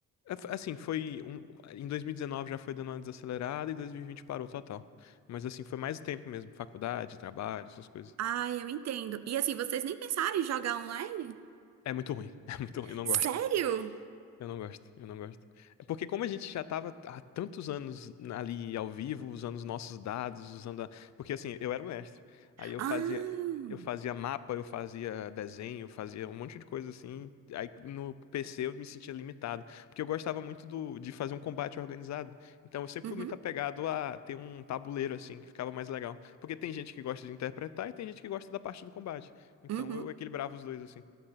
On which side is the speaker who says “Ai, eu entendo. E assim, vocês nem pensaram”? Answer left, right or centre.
Right